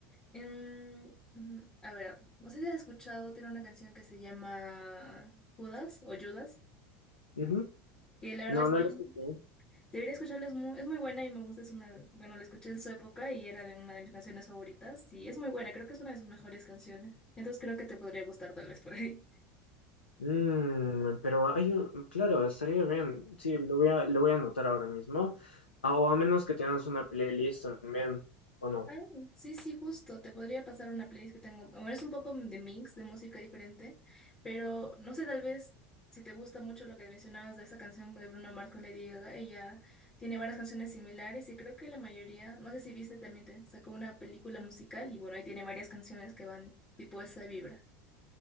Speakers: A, on the left; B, on the left.
A: Em, mm, a ver, no sé si has escuchado, tiene una canción que se llama Judas o Judas,
B: Ujú.
A: que la verdad
B: No,
A: es
B: no
A: muy,
B: la escuché.
A: debería escucharla, es muy, es muy buena y me gusta, es una, bueno, la escuché en su época y era de una de mis canciones favoritas y es muy buena, creo que es una de sus mejores canciones, entonces creo que te podría gustar tal vez por ahí.
B: Mm, pero hay un, claro, estaría bien. Sí, lo voy a, lo voy a anotar ahora mismo. Ah, o a menos que tengas una playlist también, o no.
A: Ah, sí, sí, justo. Te podría pasar una playlist que tengo. Bueno, es un poco de mix, de música diferente, pero no sé, tal vez si te gusta mucho lo que mencionabas de esa canción de Bruno Mars con Lady Gaga, ella tiene varias canciones similares y creo que la mayoría, no sé si viste, también te sacó una película musical y bueno, ahí tiene varias canciones que van tipo esa vibra.